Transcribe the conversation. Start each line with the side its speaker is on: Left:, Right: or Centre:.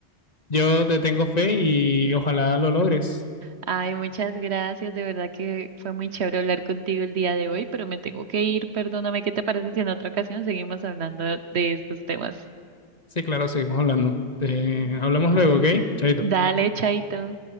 Left: yo te tengo fe y ojalá lo logres.
Right: Ay, muchas gracias. De verdad que fue muy chévere hablar contigo el día de hoy, pero me tengo que ir. Perdóname, ¿qué te parece si en otra ocasión seguimos hablando de estos temas?
Left: Sí, claro, seguimos hablando. Te, hablamos luego, ¿ok? Chaito.
Right: Dale, chaito.